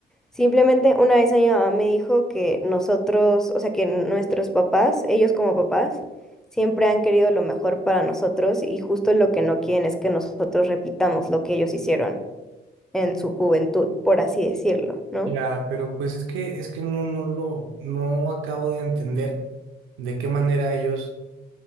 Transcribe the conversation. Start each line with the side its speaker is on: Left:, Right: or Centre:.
Centre: Simplemente una vez a mi mamá me dijo que nosotros, o sea, que nuestros papás, ellos como papás, siempre han querido lo mejor para nosotros y justo lo que no quieren es que nosotros repitamos lo que ellos hicieron en su juventud, por así decirlo, ¿no?
Right: Ya, pero pues es que, es que no, no lo, no acabo de entender de qué manera ellos